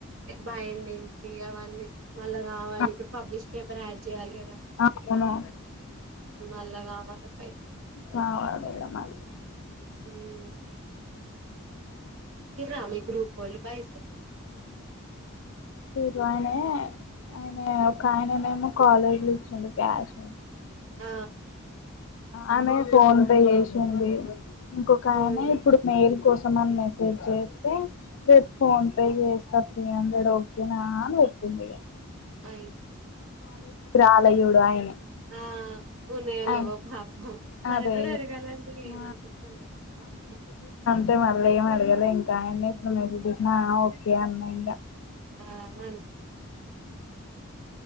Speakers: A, on the right; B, on the left.
A: బాయంది ఏంటి అవన్నీ మళ్ళా కావాలి
B: ఆ,
A: ఇప్పుడు పబ్లిష్ పేపర్ యాడ్ చేయాలి కదా
B: అవును
A: అళ్లా కావై
B: కావాలిగా మరి
A: హ ఇ రామ గ్రూప్ బల్ పయ స
B: జాయిన్ ఆయన ఒక ఆయననేమో కాలేజీ లో ఇచ్చిండు క్యాష్
A: ఆ
B: ఆమె ఫోన్ పే చేసింది ఇంకొక ఆయన
A: మ్మ్
B: ఇప్పుడు మేయిల్ కోసం మని మెసేజ్ చేస్తే రేపు ఫోన్ పే చేస్తా త్రీ హండ్రెడ్ ఓకేనా అని పెట్టింది ఇ
A: ఐ
B: రాలే చూడు ఆయనే
A: ఆ ఉన్నాయో
B: ఆయన్
A: లేవోయ్ పాపం మనకు
B: అదే
A: కూడా
B: ఇగ
A: అడగాలంటే ఏమనిపిస్తుంది
B: ఆ అ మళ్ళీ ఏం అడగలే ఇంకా ఆయన్న ఇప్పుడు మేసి తీసిన ఓకే అన్నాయి ఇంకా
A: ఆ అ